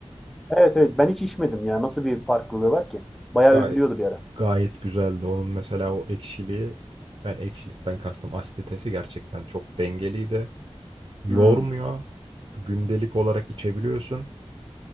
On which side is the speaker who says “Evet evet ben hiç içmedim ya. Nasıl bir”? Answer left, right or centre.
Centre